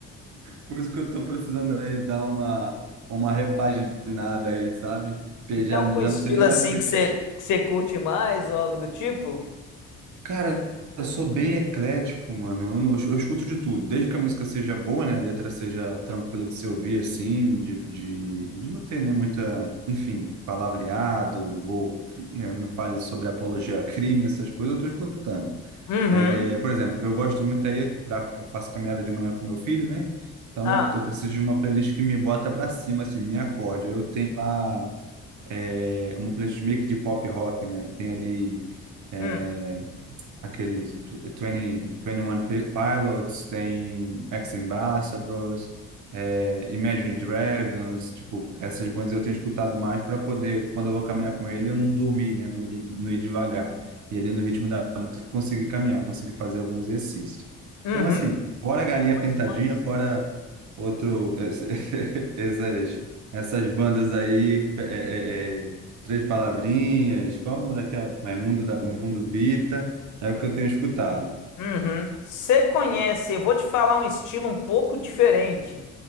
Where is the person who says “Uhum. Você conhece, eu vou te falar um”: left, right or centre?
Left